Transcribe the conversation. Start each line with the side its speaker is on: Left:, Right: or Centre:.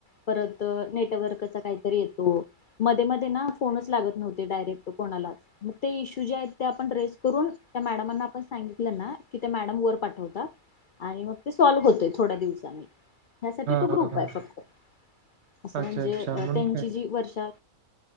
Left: परत नेटवर्कचा काहीतरी येतो. मध्ये मध्ये ना फोनच लागत नव्हते डायरेक्ट कोणालाच मग ते इश्यू जे आहेत, ते आपण रेज करून त्या मॅडमांना आपण सांगितलं ना की त्या मॅडम वर पाठवतात. आणि मग ते सॉल्व्ह होतय थोड्या दिवसांनी, ह्यासाठी
Right: हां,
Left: तो
Right: हां,
Left: ग्रुप
Right: हां.
Left: आहे फक्त असं म्हणजे
Right: अच्छा, अच्छा. म्हणून
Left: त्यांची
Right: काय?
Left: जी वर्षा